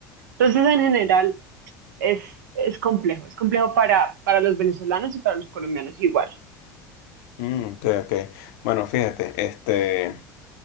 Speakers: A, on the right; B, on the left.
A: Entonces, en general, es, es complejo, es complejo para, para los venezolanos y para los colombianos igual.
B: Mm, ok, ok. Bueno, fíjate, este.